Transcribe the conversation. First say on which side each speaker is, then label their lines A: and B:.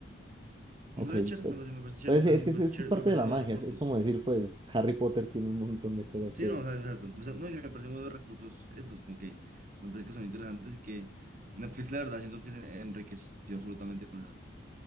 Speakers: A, on the right; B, on the right.
A: ok,
B: No sé, es chévere,
A: pues.
B: me parece, me parece chévere,
A: Pues
B: me
A: sí,
B: parece,
A: es que,
B: me
A: es
B: parece
A: que
B: chévere,
A: es parte
B: me parece
A: de la
B: muy
A: magia,
B: de recursos.
A: es, es como decir, pues Harry Potter tiene un montón de cosas
B: Sí,
A: que
B: no, o sea, exacto. o sea, no, que me parece muy de recursos, esos como que me parece que son interesantes y que Netflix, la verdad, siento que se enriqueció absolutamente con esa